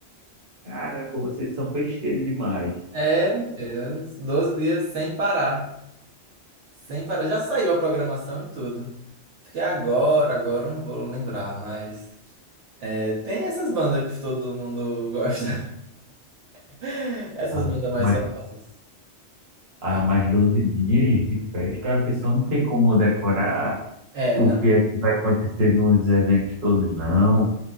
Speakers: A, on the right; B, on the right.
A: Caramba, vocês são festeiros demais.
B: É, yes, 12 dias sem parar. Sem parar. Já saiu a programação e tudo. Porque agora, agora eu não vou lembrar, mas é, tem essas bandas que todo mundo gosta. <laughs> Essas
A: Ah,
B: bandas mais
A: mas
B: famosas.
A: há
B: É,
A: mais 12 dias de festa, a pessoa não tem como decorar
B: é,
A: o
B: não,
A: que é que vai acontecer nos eventos todos, não.